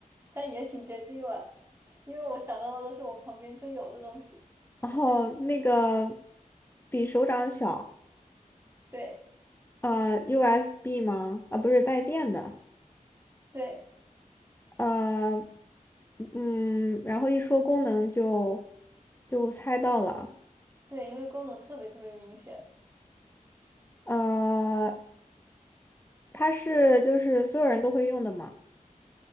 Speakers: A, on the right; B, on the left.
A: 但也挺接近了，因为我想到的都是我旁边正有的东西。
B: 然后那个比手掌小，
A: 对
B: 呃，USB 吗？啊，不是带电的，
A: 对。
B: 呃，嗯，然后一说功能就就猜到了，
A: 对，因为功能特别特别明显。
B: 呃，它是就是所有人都会用的嘛，